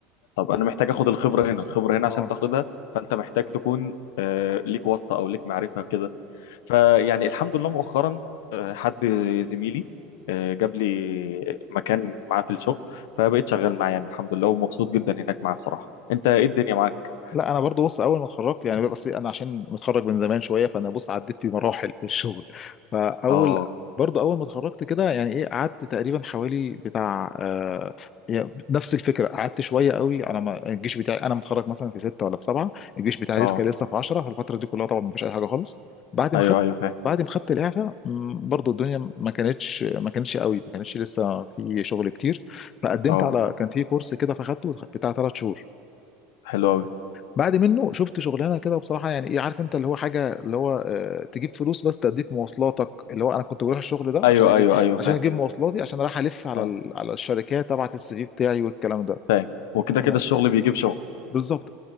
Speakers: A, on the left (about 80°); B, on the left (about 40°).
A: طب انا محتاج اخد الخبره هنا الخبره هنا
B: اه
A: عشان تاخدها فانت محتاج تكون آه، ليك واسطه او ليك معرفه كده فيعني الحمد لله مؤخرا آه، حد زميلي آه، جاب لي مكان معاه في الشغل فبقيت شغال معاه يعني الحمد لله ومبسوط جدا هناك معاه بصراحة انت ايه الدنيا معاك
B: لا انا برضو بص اول ما اتخرجت يعني بس انا عشان متخرج من زمان شويه فانا بص عديت في مراحل في الشغل فاول
A: اه
B: برضو اول ما اتخرجت كده يعني ايه قعدت تقريبا حوالي بتاع آه يعني نفس الفكره قعدت شويه قوي انا ما الجيش بتاعي انا متخرج مثلا في سته ولا في سبعه الجيش بتاعي
A: اه
B: لسه كان لسه في 10 فالفتره دي كلها طبعا ما فيش اي حاجه خالص بعد ما
A: ايوه
B: خدت
A: ايوه فاهم
B: بعد ما خدت الاعفاء م، برضو الدنيا ما كانتش ما كانتش قوي ما كانتش لسه في شغل كتير فقدمت
A: اه
B: على كان في كورس كده فاخدته بتاع ثلاث شهور
A: حلو قوي
B: بعد منه شفت شغلانه كده بصراحه يعني ايه عارف انت اللي هو حاجه اللي هو آه، تجيب فلوس بس تديك مواصلاتك اللي هو انا كنت بروح الشغل ده
A: ايوه
B: عشان اجيب
A: ايوه ايوه
B: عشان
A: فاهم
B: اجيب مواصلاتي عشان رايح الف على
A: اه
B: ال... على الشركات ابعت السي في بتاعي والكلام ده
A: فاهم وكده
B: آه،
A: كده الشغل بيجيب شغل
B: بالظبط